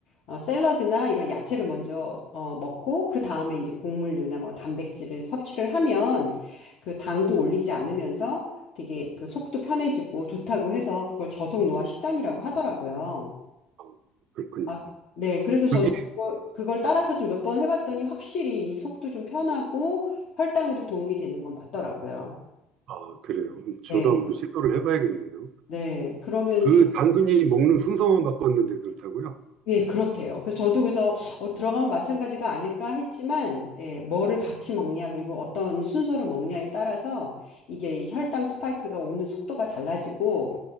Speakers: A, on the left; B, on the right.
A: 어 샐러드나 이런 야채를 먼저 어 먹고 그 다음에 이제 곡물류나 뭐 단백질을 섭취를 하면 그 당도 올리지 않으면서 되게 그 속도 편해지고 좋다고 해서 그걸 저속 노화 식단이라고 하더라고요.
B: 아 그렇군요.
A: 아, 네, 그래서 저도
B: 그게
A: 그걸, 그걸 따라서 좀 몇 번 해봤더니 확실히 이 속도 좀 편하고 혈당에도 도움이 되는 건 맞더라고요.
B: 아 그래요? 저도
A: 네,
B: 한번 시도를 해 봐야겠네요.
A: 네. 그러면
B: 그
A: 좋
B: 단순히 먹는 순서만 바꿨는데 그렇다고요? 아
A: 예, 그렇대요. 그래서 저도 그래서 어, 들어가면 마찬가지가 아닐까 했지만, 예, 뭐를 같이 먹냐, 그리고 어떤 순서로 먹냐에 따라서 이게 이 혈당 스파이크가 오는 속도가 달라지고,